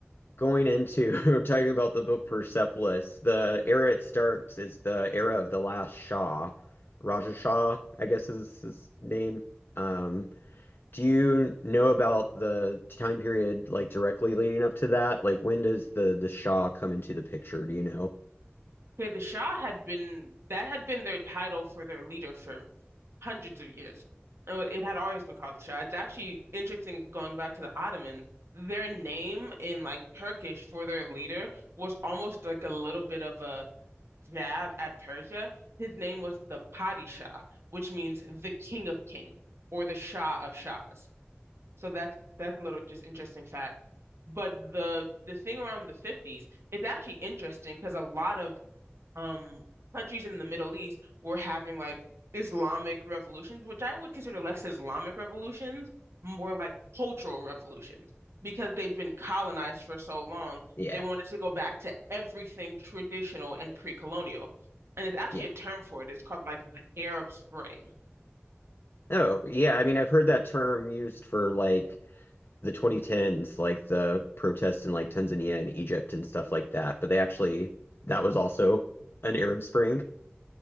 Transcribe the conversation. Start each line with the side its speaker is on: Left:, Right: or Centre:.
Left: going into <laughs> talking about the book Persepolis, the era it starts is the era of the last Shah. Raja Shah, I guess is his name. Um, do you know about the time period like directly leading up to that? Like when does the the Shah come into the picture? Do you know?
Right: Okay, the Shah had been that had been their title for their leader for hundreds of years. Uh, It had always been called the Shah. It's actually interesting going back to the Ottoman. Their name in like Turkish for their leader was almost like a little bit of a jab at Persia. His name was the Padishah, which means the King of Kings or the Shah of Shahs. So that's that's little just interesting fact. But the the thing around the 50s, it's actually interesting because a lot of um countries in the Middle East were having like Islamic revolutions, which I would consider less Islamic revolutions, more like cultural revolutions, because they'd been colonized for so long,
Left: Yeah,
Right: they wanted to go back to everything traditional and pre-colonial. And it's actually
Left: yeah.
Right: a term for it. It's called like the Arab Spring.
Left: Oh, yeah. I mean, I've heard that term used for like the 2010s, like the protests in like Tanzania and Egypt and stuff like that. But they actually, that was also an Arab Spring.